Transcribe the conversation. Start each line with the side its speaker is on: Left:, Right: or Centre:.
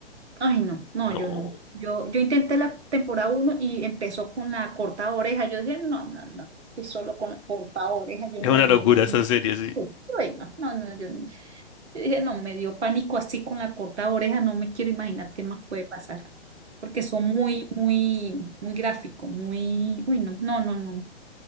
Right: Ay, no, no,
Left: No,
Right: yo no. Yo, yo intenté la temporada uno y empezó con la corta oreja. Yo dije, no, no, no, si solo con la corta oreja, yo
Left: es
Right: me
Left: una
Right: imagino
Left: locura
Right: que
Left: esa
Right: no.
Left: serie, sí.
Right: Uy, uy, no, no, no, yo no. Yo dije, no, me dio pánico así con la corta oreja, no me quiero imaginar qué más puede pasar, porque son muy, muy, muy gráficos, muy, uy, no, no, no, no.